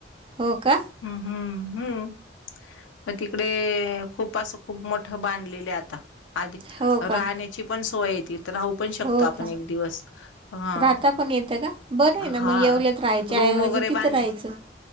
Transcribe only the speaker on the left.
हम्म -हम्म -हम्म मग तिकडे खूप अस खूप मोठं बांधलेलं आता आधी
राहण्याची पण सोय आहे तिथं राहू पण शकतो.
तो आपण
एक दिवस हा,
हा
रूम
वगैरे
बांधले